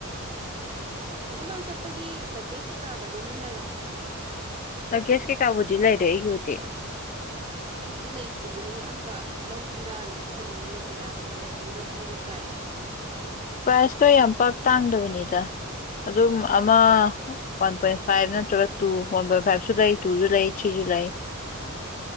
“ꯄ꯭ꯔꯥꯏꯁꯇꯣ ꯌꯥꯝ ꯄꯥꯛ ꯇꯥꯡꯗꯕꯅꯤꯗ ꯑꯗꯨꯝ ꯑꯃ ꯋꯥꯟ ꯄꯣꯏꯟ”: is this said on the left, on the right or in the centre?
Left